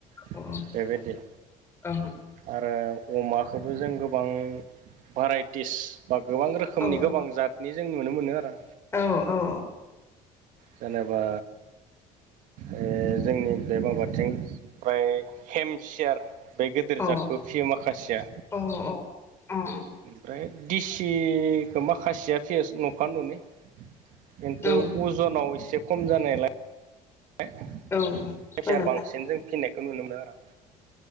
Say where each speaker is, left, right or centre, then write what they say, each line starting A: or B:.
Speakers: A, on the right; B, on the left.
A: बेबायदि।
B: औ औ
A: आरो अमाखोबो जों गोबां भाराइटिस बा गोबां रोखोमनि
B: औ
A: गोबां जात नि जों नुनो मोनो आरो।
B: औ औ।
A: जेनेबा ओ जोंनि बे माबाथिं फ्राय हेमसियार बे गेदेर
B: औ
A: जादखौ फियो माखासेया।
B: अ अ
A: ओमफ्राय दिसिखो माखासेया फिस न'खा नुनि खिन्थु
B: अ
A: उम आव एसे खम जानायलाय जायसाया
B: औ बारा
A: बांसिन जों फिननायखौ नुनो मोनो आरो आं।